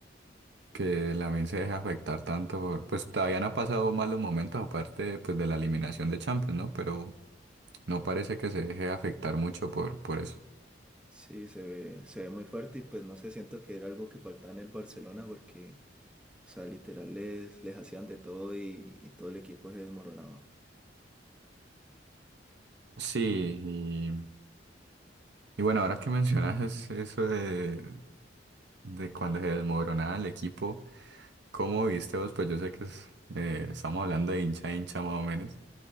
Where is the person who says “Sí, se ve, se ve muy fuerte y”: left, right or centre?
Centre